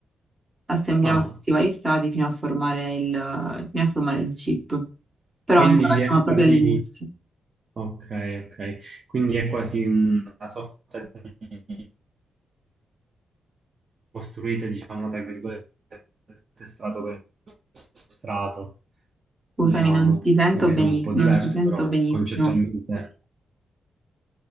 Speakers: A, on the right; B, on the right.
A: assembliamo
B: Ah,
A: questi vari strati fino a formare il, fino a formare il chip. Però
B: quindi
A: ancora siamo
B: è
A: proprio
B: quasi...
A: all'inizio.
B: Ok, ok. Quindi è quasi una sorta di... costruite, diciamo, tra virgolette, strato per strato,
A: Scusami,
B: diciamo,
A: non ti sento
B: anche
A: beni-
B: se è un po'
A: non
B: diverso,
A: ti sento
B: però
A: benissimo.
B: concettualmente...